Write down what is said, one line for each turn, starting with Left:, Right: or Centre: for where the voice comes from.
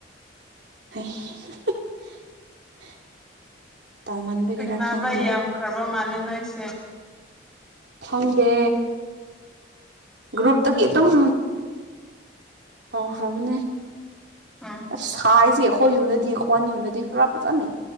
Right: <unintelligible> ꯇꯧꯃꯟꯕꯒꯤꯔꯥ
Centre: ꯁꯦꯡꯅꯕꯏ
Right: ꯈꯪꯗ꯭ꯔꯦ
Centre: ꯌꯥꯝꯈ꯭ꯔꯕ ꯃꯥꯜꯂꯦ ꯅꯣꯣꯏꯁꯦ
Right: ꯐꯪꯗꯦ ꯒ꯭ꯔꯨꯨꯞ ꯇ ꯑꯗꯨꯝ ꯇꯧꯈ꯭ꯔꯕꯅꯦ
Centre: ꯎꯝ
Right: ꯑ ꯁꯥꯏꯁꯦ ꯑꯩꯈꯣꯏ ꯌꯨꯝꯗꯗꯤ ꯍꯈꯣꯟ ꯌꯨꯝꯗꯗꯤ ꯈꯔ ꯐꯖꯅ